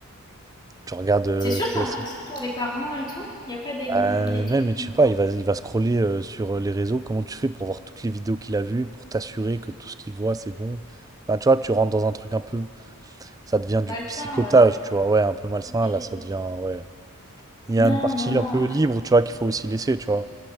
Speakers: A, on the right (about 15°); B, on the left (about 20°).
A: Tu regardes, euh,
B: C'est sûr,
A: tu
B: c'est
A: vois,
B: impossible
A: si-
B: pour les parents et tout. Il n'y a pas des limites,
A: Euh,
B: des trucs
A: même, mais je
B: euh,
A: sais pas, il va, il va scroller euh, sur euh, les réseaux. Comment tu fais pour voir toutes les vidéos qu'il a vues, pour t'assurer que tout ce qu'il voit, c'est bon? Enfin, tu vois, tu rentres dans un truc un peu, ça devient
B: malsains,
A: du psychotage,
B: ouais.
A: tu vois, ouais, un peu malsain,
B: Mais-
A: là, ça devient, ouais. Il
B: Non,
A: y a une partie
B: non, non.
A: un peu libre, tu vois, qu'il faut aussi laisser, tu vois.